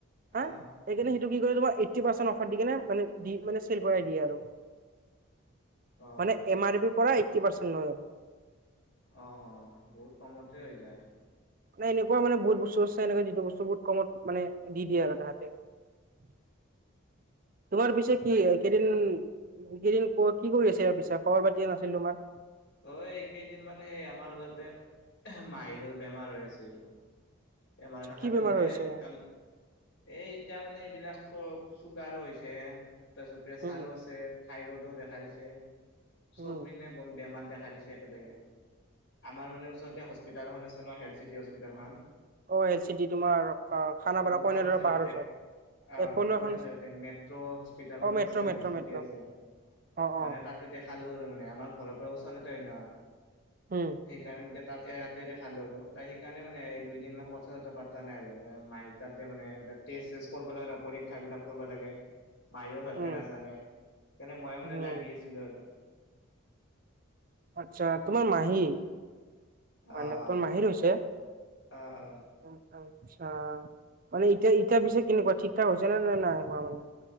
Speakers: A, on the right; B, on the left.
A: হা
B: আহ
A: সেইকাৰণে সেইটো কি তোমাৰ এইটি পাৰচেণ্ট অফাৰ দি কেনে মানে চেল কৰাই দিয়ে আৰু-
B: অ
A: মানে
B: অ
A: এম আৰ বি পৰা এইটটি পাৰ্চেন্ট লৈ যাব -
B: অ-অ বহুত কমতে হৈ যায় -
A: মানে এনেকুৱা মানে বহুত বস্তু আছে এনেে যিটো বস্তু বহুত কমত মানে দি দিয়ে আৰু তাহাঁতে - তোমাৰ পিছে কি
B: ভালে
A: কেইদিন-কেইদিন ক কি কৰি আছে ইয়াৰ পিছে খবৰ পাতি নাছিল তোমাৰ -
B: অই এই এইকেইদিন মানে সেই আমাৰ অলপ মাহীৰ বেমাৰ হৈ আছিল - বেমাৰ থকাতোৰ
A: কি বেমাৰ
B: মানে
A: হৈ আছে?
B: আম - এই এতিয়া মানে এইবিলাক চ চুগাৰো হৈছে তাৰপিছত প্ৰেচাৰো
A: উম
B: আছে - থাই ৰ'ডো দেখা দিছে চব
A: উম।
B: মিনে বেমাৰ - দেখা দিছে একেলগে আমাৰ মানে ওচৰতে হস্পিটেলখন আছে ন হেল চিটি হস্পিটেলখন <unintelligible>
A: অ' এল চিটি তোমাৰ খানাপাৰা
B: দুখন
A: কইন
B: আছে
A: দৰা পাহাৰ
B: তাতে
A: ওচৰত <unintelligible>
B: আহ
A: এপ'ল'
B: দুখন
A: এখন
B: আ মেট্ৰ' হস্পিটেলখনো
A: অ metro
B: আ
A: metro
B: health city
A: metro
B: আছে -
A: অ
B: মানে
A: অ
B: তাতে দেখালো আৰু মানে - আমাৰ ঘৰৰ পৰা ওচৰতে ন
A: উম
B: সেইকাৰণে ইয়াতে দেখা - ভাল আৰু তাই সেইকাৰণে মানে এই দুইদিনমান - কথা-চথা পাতা নাই আৰু ম মাহ তাতে মানে এইবিলাক ট্ৰেষ্ট-চেষ্ট কৰিব লাগে ন পৰীক্ষা বিলাক কৰিব লাগে - মায়ও ভালকে
A: উম
B: নাজানে সেইকাৰণে মই মানে
A: উম
B: লাগি আছিলোঁ আৰু -
A: আচ্ছা তোমাৰ মাহী? মানে
B: অ অ
A: মাহিৰ হৈছে
B: অ অ
A: আছা - মানে এতিয়া-এতিয়া পিছে কেনেকুৱা ঠিক-ঠাক হৈছে নে নাই নাইহোৱা মানে -